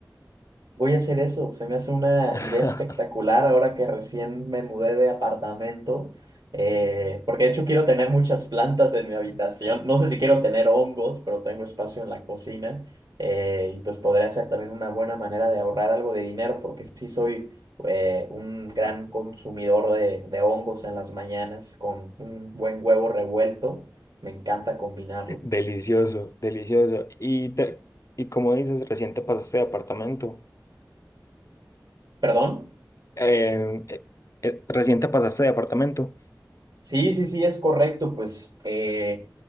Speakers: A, on the right (about 75°); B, on the left (about 45°).
A: Voy a hacer eso, se me hace una
B: <laughs>
A: idea espectacular ahora que recién me mudé de apartamento, eh, porque de hecho quiero tener muchas plantas en mi habitación, no sé si quiero tener hongos, pero tengo espacio en la cocina eh, y pues podría ser también una buena manera de ahorrar algo de dinero, porque sí soy eh, un gran consumidor de, de hongos en las mañanas con un buen huevo revuelto, me encanta combinarlo.
B: Delicioso, delicioso. Y, te- y como dices, reciente pasaste de apartamento.
A: ¿Perdón?
B: Eh, eh, eh, reciente pasaste de apartamento.
A: Sí, sí, sí, es correcto, pues... eh,